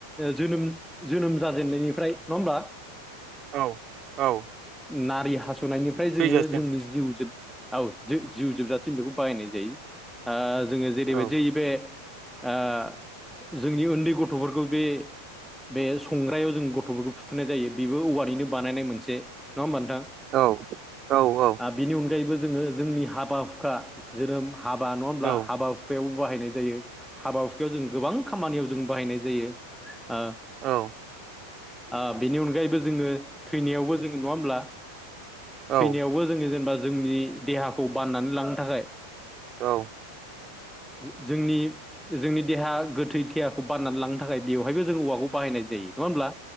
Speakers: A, in the centre; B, on the right (about 35°).
A: जोनोम जोनोम जाजेननायनिफ्राय नङा होमबा।
B: औ औ।
A: नारि हास'नायनिफ्राय जोङो
B: थैजासिम
A: जोंनि जिउ जोब औ जिउ जोबजासिम बेखौ बाहायनाय जायो। ओ जोङो जेरैबायदि
B: औ
A: बे ओ जोंनि उन्दै गथ'फोरखौ बे बे संग्रायाव जों गथ'फोरखौ फुथुनाय जायो बेबो औवानिनो बानायनाय मोनसे नङा होमबा नोंथां।
B: औ औ औ।
A: बिनि अनगायैबो जोङो जोंनि हाबा हुखा जोरोम हाबा नङा होमब्ला
B: औ
A: हाबा हुख खुखायावबो बाहायनाय जायो हाबा हुखायाव जों गोबां खामानियाव जों बाहायनाय जायो। ओ
B: औ।
A: ओ बेनि अनगायैबो जोङो थैनायावबो जोङो नङा होमब्ला।
B: औ
A: थैनायावबो जोङो जेनेबा जोंनि देहाखौ बाननानै लांनो थाखाय
B: औ।
A: जो जोंनि जोंनि देहा गोथै देहाखौ बाननानै लांनो थाखाय बेवहायबो जों औवाखौ बाहायनाय जायो नङा होनब्ला?